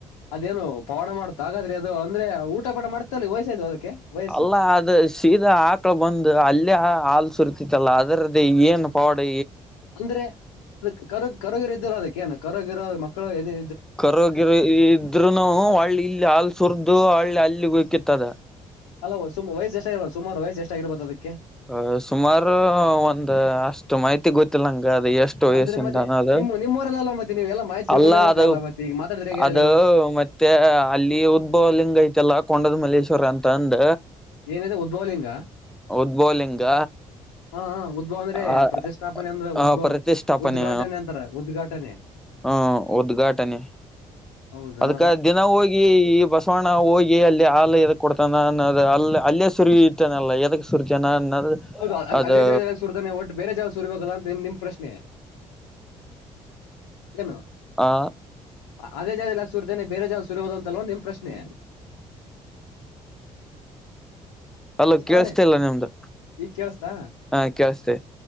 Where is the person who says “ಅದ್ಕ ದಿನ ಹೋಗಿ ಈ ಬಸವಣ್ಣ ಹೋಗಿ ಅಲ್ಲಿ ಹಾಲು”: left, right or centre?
Centre